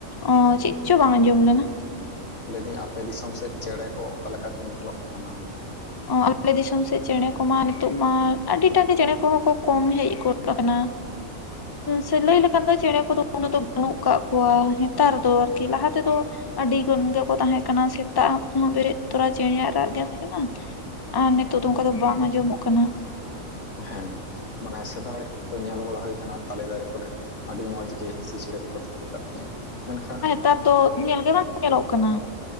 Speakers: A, on the left; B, on the left.
A: ᱚᱸᱻ ᱪᱮᱫ ᱪᱚ ᱵᱟᱝ ᱟᱸᱡᱚᱢ ᱞᱮᱱᱟ᱾
B: ᱞᱟᱹᱭᱮᱫᱟᱹᱧ ᱟᱯᱮ ᱫᱤᱥᱚᱢ ᱥᱮᱫ ᱪᱮᱬᱮ ᱠᱚ ᱚᱠᱟ ᱞᱮᱠᱟ ᱠᱚ ᱧᱮᱞᱚᱜ ᱠᱟᱱᱟ?
A: ᱚ ᱟᱞᱮ ᱫᱤᱥᱚᱢ ᱥᱮᱫ ᱪᱮᱬᱮ ᱠᱚᱢᱟ ᱱᱤᱛᱚᱜ ᱢᱟ ᱟᱹᱰᱤ ᱴᱟᱜ ᱜᱮ ᱪᱮᱬᱮ ᱠᱚᱦᱚᱸ ᱠᱚ ᱠᱚᱢ ᱦᱮᱪ ᱜᱚᱫ ᱟᱠᱟᱱᱟ᱾ ᱥᱮ ᱞᱟᱹᱭ ᱞᱮᱠᱷᱟᱱ ᱫᱚ ᱪᱮᱬᱮ ᱠᱚᱫᱚ ᱩᱱᱟᱹᱜ ᱫᱚ ᱵᱟᱹᱱᱩᱜ ᱠᱟᱜ ᱠᱚᱣᱟ ᱦᱮᱸᱛᱟᱨ ᱫᱚ ᱟᱨᱠᱤ ᱞᱟᱦᱟ ᱛᱮᱫᱚ ᱟᱹᱰᱤ ᱜᱟᱱ ᱜᱮᱠᱚ ᱛᱟᱦᱮᱸ ᱠᱟᱱᱟ ᱥᱮᱛᱟᱜ <inaudible> ᱵᱮᱨᱮᱫ ᱛᱚᱨᱟ ᱪᱮᱬᱮᱭᱟᱜ ᱨᱟᱜ ᱜᱮᱢ ᱟᱡᱚᱢᱟ᱾ ᱟᱸᱻ ᱱᱤᱛᱚᱜ ᱫᱚ ᱚᱝᱠᱟ ᱫᱚ ᱵᱟᱝ ᱟᱸᱡᱚᱢᱚᱜ ᱠᱟᱱᱟ᱾
B: ᱦᱮᱸ᱾ ᱢᱟᱱᱮ ᱥᱮᱫᱟᱭ ᱚᱠᱛᱚ ᱧᱮᱞ ᱵᱟᱲᱟ ᱦᱳᱭ ᱠᱟᱱᱟ, ᱛᱟᱞᱮ ᱫᱟᱨᱮ ᱠᱚᱨᱮ ᱟᱹᱰᱤ ᱢᱚᱸᱡᱽ ᱜᱮ ᱦᱤᱸᱥᱤ ᱪᱮᱬᱮ ᱠᱚ ᱠᱚ ᱛᱩᱠᱟᱹ ᱠᱟᱜ ᱛᱟᱦᱮᱸᱜᱼᱟ᱾ ᱢᱮᱱᱠᱷᱟᱱ
A: ᱛᱟᱨ ᱫᱚ ᱧᱮᱞ ᱜᱮ ᱵᱟᱝ ᱧᱮᱞᱚᱜ ᱠᱟᱱᱟ᱾